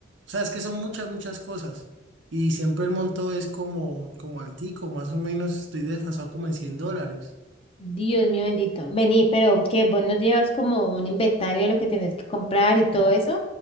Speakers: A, on the right; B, on the left.
A: sea, es que son muchas, muchas cosas. Y siempre el monto es como, como altico, más o menos estoy desfasado como en 100 dólares.
B: Dios mío bendito. Vení, pero que vos no llevas como un inventario de lo que tenés que comprar y todo eso.